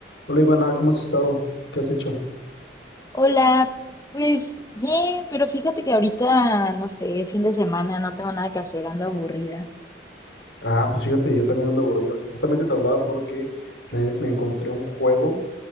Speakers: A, on the left; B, on the left.
A: Hola Ivana, ¿cómo has estado? ¿Qué has hecho?
B: Hola, pues bien, pero fíjate que ahorita, no sé, fin de semana, no tengo nada que hacer, ando aburrida.
A: Ah, pues fíjate, yo también ando aburrido. Justamente te hablaba porque me, me encontré un juego